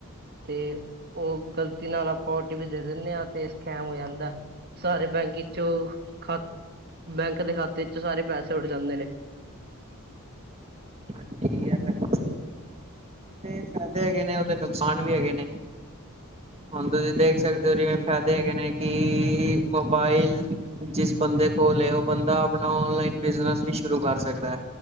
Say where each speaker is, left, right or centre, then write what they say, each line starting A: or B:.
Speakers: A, on the right; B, on the right.
A: ਤੇ, ਉਹ ਗ਼ਲਤੀ ਨਾਲ ਆਪ ਓ ਟੀ ਪੀ ਦੇ ਦਿੰਨੇ ਆ ਤੇ ਸਕੈਮ ਹੋ ਜਾਂਦਾ, ਸਾਰੇ ਬੈਂਕ ਚੋਂ ਖਾ ਬੈਂਕ ਦੇ ਖਾਤੇ 'ਚ ਸਾਰੇ ਪੈਸੇ ਉੱਡ ਜਾਂਦੇ ਨੇ।
B: ਹਾਂ ਠੀਕ <unintelligible> ਕੁਛ ਫ਼ਾਇਦੇ ਹੈਗੇ ਨੇ ਉਹਦੇ ਨੁਕਸਾਨ ਵੀ ਹੈਗੇ ਨੇ, ਹੁਣ ਤੁਸੀਂ ਦੇਖ ਸਕਦੇ
A: ਹਾਂਜੀ
B: ਹੋ ਜਿਵੇਂ ਫਾ ਦੇਖ ਨੇ ਕੀ ਮੋਬਾਈਲ ਜਿਸ ਬੰਦੇ ਕੋਲ ਏ ਉਹ ਬੰਦਾ ਆਪਣਾ ਔਂਨਲਾਈਨ ਬਿਜਨਸ ਵੀ ਸ਼ੁਰੂ ਕਰ ਸਕਦਾ।